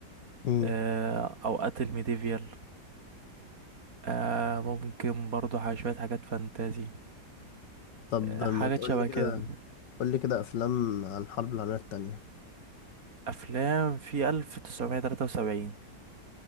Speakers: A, on the left (about 80°); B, on the right (about 55°).
A: امم
B: آه، اوقات الميديفيال آه، ممكن برضو ح- شوية حاجات فانتازي
A: طب
B: آه، حاجات
A: ما تقول
B: شبه
A: لي كده
B: كده
A: قول لي كده افلام عن الحرب العالميه الثانيه
B: افلام في 1973